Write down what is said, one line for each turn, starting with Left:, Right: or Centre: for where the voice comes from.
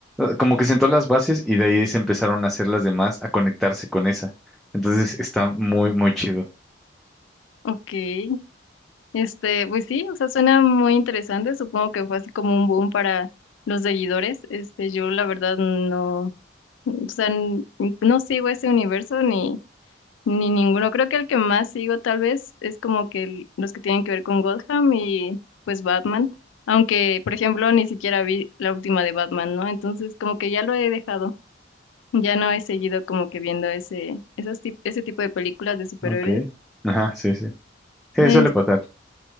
Centre: como que sentó las bases y de ahí se empezaron a hacer las demás a conectarse con esa. Entonces está muy, muy chido.
Left: Okay, este, pues sí, o sea, suena muy interesante. Supongo que fue así como un boom para los seguidores. Este, yo la verdad no, o sea, n- no sigo ese universo ni ni ninguno. Creo que el que más sigo tal vez es como que el- los que tienen que ver con Gotham y pues Batman. Aunque, por ejemplo, ni siquiera vi la última de Batman, ¿no? Entonces, como que ya lo he dejado. Ya no he seguido como que viendo ese, esas, tip- ese tipo de películas de superhéroes
Centre: Ok. Ajá, sí, sí. Sí,
Left: Eh,
Centre: suele pasar.